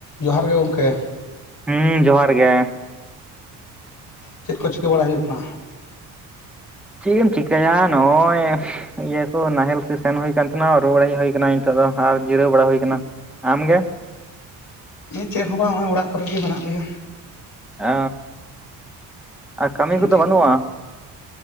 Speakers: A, on the left; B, in the centre.
A: ᱡᱚᱦᱟᱨ ᱜᱮ ᱜᱚᱝᱠᱮ᱾
B: ᱦᱩᱸ ᱡᱚᱦᱟᱨ ᱜᱮ᱾
A: ᱪᱮᱫ ᱠᱚ ᱪᱤᱠᱟᱹ ᱵᱟᱲᱟ ᱦᱩᱭᱩᱜ ᱠᱟᱱᱟ?
B: ᱪᱮᱜ ᱮᱢ ᱪᱤᱠᱟᱭᱟ ᱱᱚᱜ-ᱚᱭ ᱤᱭᱟᱹ ᱠᱚ ᱱᱟᱦᱮᱞ ᱥᱤ ᱥᱮᱱ ᱦᱩᱭ ᱠᱟᱱ ᱛᱟᱦᱮᱱᱟ ᱨᱩᱲᱟᱭ ᱦᱮᱡ ᱦᱩᱭ ᱠᱟᱱᱟᱧ ᱱᱤᱛᱚᱜ ᱫᱚ ᱟᱨ ᱡᱤᱨᱟᱹᱣ ᱵᱟᱲᱟ ᱦᱩᱭ ᱠᱟᱱᱟ᱾ ᱟᱢᱜᱮ?
A: ᱪᱮᱫ ᱦᱚᱸ ᱵᱟᱝ ᱱᱚᱜᱼᱚᱭ ᱚᱲᱟᱜ ᱠᱚᱨᱮ ᱜᱮ ᱢᱮᱱᱟᱜ ᱞᱮᱭᱟ᱾
B: ᱚ, ᱟᱨ ᱠᱟᱹᱢᱤ ᱠᱚᱫᱚ
A: ᱪᱮᱫ
B: ᱵᱟᱹᱱᱩᱜᱼᱟ?